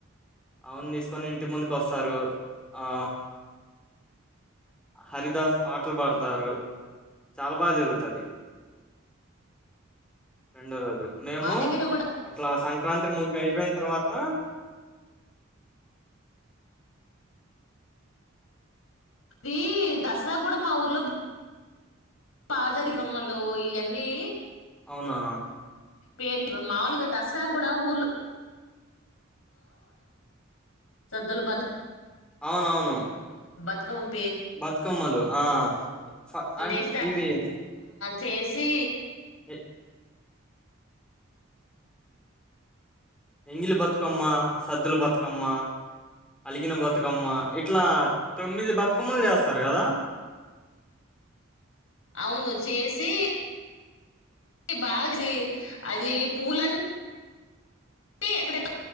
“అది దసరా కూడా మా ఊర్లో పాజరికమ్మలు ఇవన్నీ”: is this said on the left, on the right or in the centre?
Left